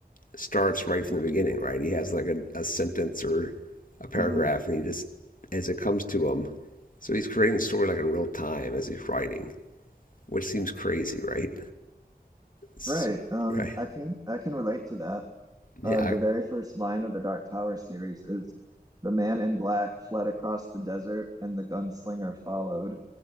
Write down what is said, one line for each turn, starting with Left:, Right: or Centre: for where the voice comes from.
Left: starts right from the beginning, right? He has like a, a sentence or a paragraph,
Right: hmm
Left: and he just as it comes to him. So he's creating the story like in real time as he's writing, which seems crazy, right? So,
Right: Right. Um,
Left: right?
Right: I can I can relate to that.
Left: Yeah.
Right: Uh, the
Left: I,
Right: very first line of the Dark Tower series is the man in black fled across the desert and the gunslinger followed,